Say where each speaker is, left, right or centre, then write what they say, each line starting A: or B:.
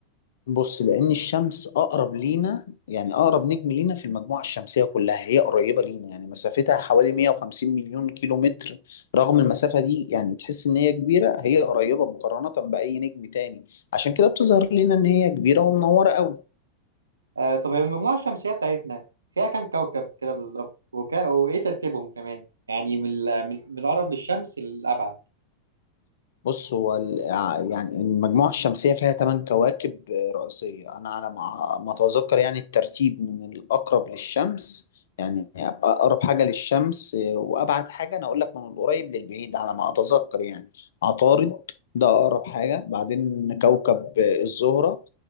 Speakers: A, on the left; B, on the right.
A: بص لأن الشمس أقرب لينا يعني أقرب نجم لينا في المجموعة الشمسية كلها هي قريبة لينا يعني مسافتها حوالي 150 مليون كيلو متر رغم المسافة دي يعني تحس إن هي كبيرة هي قريبة مقارنة بأي نجم تاني عشان كده بتظهر لينا إن هي كبيرة ومنورة أوي
B: آه طب المجموعة الشمسية بتاعتنا فيها كام كوكب كده بالظبط وك... وإيه ترتيبهم كمان يعني من ال- من من الأقرب للشمس للأبعد
A: بص هو ال- آه، يعني المجموعة الشمسية فيها ثمان كواكب آه، رئيسية أنا على ما ما أتذكر يعني الترتيب من الأقرب للشمس يعني أقرب حاجة للشمس آه، وأبعد حاجة أنا أقول لك من القريب للبعيد على ما أتذكر يعني عطارد ده أقرب حاجة بعدين كوكب آه، الزهرة